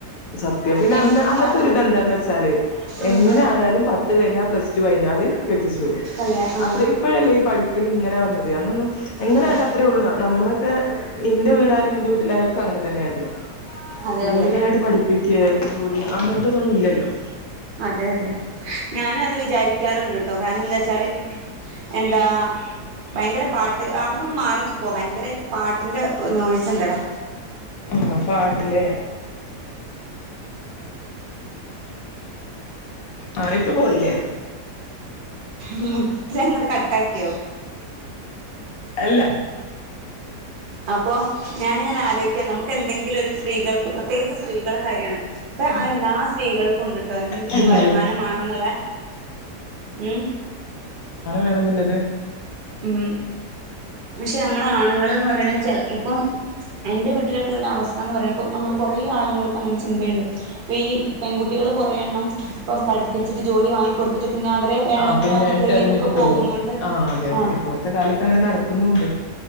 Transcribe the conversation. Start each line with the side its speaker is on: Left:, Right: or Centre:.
Left: സത്യം പിന്നെ
Right: എനിക്ക്
Left: അന്ന് അന്നത്തെ
Right: പ
Left: ഒരു ഇതെന്താന്ന് വെച്ചാല്
Right: ഉം
Left: എങ്ങനെ ആയാലും പത്ത് കഴിഞ്ഞാ പ്ലസ് ടു കഴിഞ്ഞാല് കെട്ടിച്ചുവിടും
Right: അല്ലേ ആ
Left: അത്ര ഇപ്പഴല്ലേ ഈ പഠിക്കല് ഇങ്ങനെ വന്നത് അന്നൊന്നും എങ്ങനെയായാലും
Right: അതെ
Left: അത്രേ ഉള്ളു നമ്മുടൊക്കെ ഇന്റെ വീടായാലും നിന്റെ വീട്ടിലായാലൊക്കെ അങ്ങനെതന്നെ യായിരുന്നു
Right: അതെ
Left: കൂടുതലായിട്ട്
Right: അതെ
Left: പഠിപ്പിക്കേ ജോലി അങ്ങനത്തെതൊന്നും ഇല്ലല്ലോ
Right: അതെ അതെ ഞാനും അത് വിചാരി രിക്കാറണ്ട് ട്ടോ കാരണം എന്താച്ചാല് എന്താ ഭയങ്കര പാട്ട് അവിട്ന്നൊന്ന് മാറി നിക്കുവോ ഭയങ്കരായിട്ട് പാട്ടിന്റെ നോയിസ് ഇണ്ടെടാ
Left: ആ പാട്ട്ലേ ആ ഇപ്പൊ പോയില്ലേ
Right: മൊത്തത്തി അങ്ങട്ട് കട്ടാക്കിയോ
Left: അല്ല
Right: അപ്പൊ ഞാനിങ്ങനെ ആലോചിക്ക നമുക്ക് എന്തെങ്കിലും ഒരു സ്ത്രീകൾക്ക് പ്രത്യേകിച്ച് സ്ത്രീകളെ കാര്യാണ് അപ്പ
Left: സൗണ്ട്
Right: അതെല്ലാ സ്ത്രീകൾക്കും ഉണ്ട്ട്ടോ എന്തെങ്കിലും
Left: ഇത്
Right: ഒരു
Left: മ
Right: വരുമാനം മാണന്നുള്ള ഉം
Left: വേണെന്ന്ല്ലത്
Right: ഉം പക്ഷെ നമ്മടെ ആണുങ്ങൾ എന്ന് പറയണ ചില ഇപ്പം എൻ്റെ വീട്ടിലൊക്കെ ഒരു അവസ്ഥാന്ന് പറയും ഇപ്പം നമ്മൾ കുറേ ആണുങ്ങൾക്ക് അങ്ങനെ ചിന്തയുണ്ട് ഇപ്പം ഈ പെൺകുട്ടികൾ കൊറെ എണ്ണം ഇപ്പം പഠിപ്പിച്ചിട്ട് ജോലി വാങ്ങിക്കൊടുത്തിട്ട് പിന്നെ അവര് വേണ്ടാത്തൊരവസ്ഥയിലേക്കൊക്കെ
Left: ആഹ് പിന്നെ ഇട്ടെറിഞ്ഞിട്ട് പോവും
Right: പോകുന്നോണ്ട്
Left: ആഹ് അതെ
Right: ആഹ്
Left: ഇപ്പോഴത്തെ കാലത്ത് അങ്ങനെ നടക്കുന്നു ഉണ്ട്